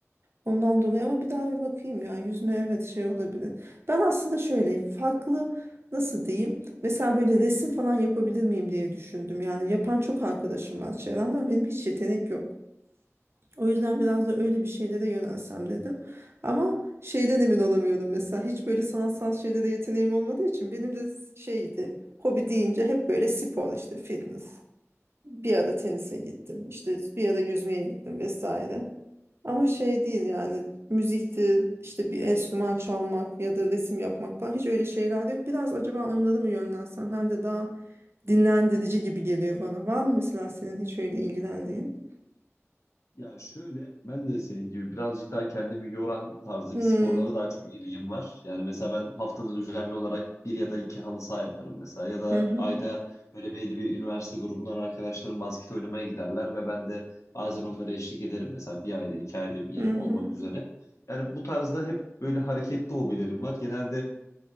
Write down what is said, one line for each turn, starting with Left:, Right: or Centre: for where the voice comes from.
Right: Ondan dolayı ama bir daha bir bakayım ya yüzme evet şey olabilir. Ben aslında şöyle farklı nasıl diyeyim mesela böyle resim falan yapabilir miyim diye düşündüm. Yani yapan çok arkadaşım var çevremden benim hiç yetenek yok. O yüzden biraz da öyle bir şeylere yönelsem dedim. Ama şeyden emin olamıyorum mesela hiç böyle sanatsal şeylere yeteneğim olmadığı için benim de şeydi hobi deyince hep böyle spor işte fitness. Bir ara tenise gittim işte bir ara yüzmeye gittim vesaire. Ama şey değil yani müziktir işte bir enstrüman çalmak ya da resim yapmak falan hiç öyle şeyler yok. Biraz acaba onları mı yönlensem hem de daha dinlendirici gibi geliyor bana. Var mı mesela senin hiç öyle ilgilendiğin?
Left: Ya şöyle ben de senin gibi birazcık daha kendimi yoran tarzdaki
Right: Hmm.
Left: sporlara daha çok ilgim var. Yani mesela ben haftada düzenli olarak bir ya da iki halı saha yaparım mesela. Ya da
Right: Hı hı.
Left: ayda böyle belli bir üniversite grubundan arkadaşlarım basket oynamaya giderler ve ben de bazen onlara eşlik ederim. Mesela bir ayda iki ayda bir
Right: Hı hı.
Left: olmak üzere. Yani bu tarzda hep böyle hareketli hobilerim var. Genelde